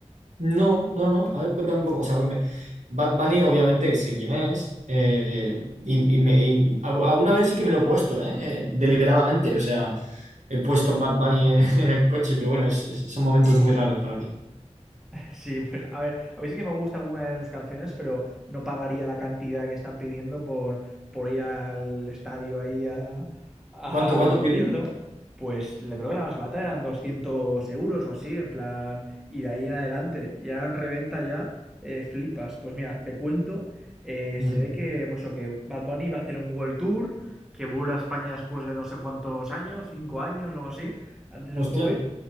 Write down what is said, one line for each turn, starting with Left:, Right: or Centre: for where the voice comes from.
Right: No, no, no. A ver, cuéntame un poco. O sea, me- Bad Bunny, obviamente, sé quién es. eh, y, y me- y al- alguna vez sí que me lo he puesto, ¿eh? Eh, Deliberadamente. O sea, he puesto Bad Bunny en, <laughs> en el coche, pero bueno, es- es- son momentos muy raros para mí.
Centre: Sí, pues a ver, a mí sí que me gusta alguna de sus canciones, pero no pagaría la cantidad que están pidiendo por, por ir al estadio ahí a- a-
Right: ¿Cuánto, cuánto
Centre: al concierto.
Right: piden?
Centre: Pues le creo que la más barata eran 200 euros o así, en plan, y de ahí en adelante. Ya en reventa ya, eh, flipas. Pues mira, te cuento, eh,
Right: Mm,
Centre: se ve que, pues, o que Bad Bunny va a hacer un World Tour, que vuelve a España después de no sé cuántos años, cinco años o algo así, antes
Right: hostia.
Centre: del COVID,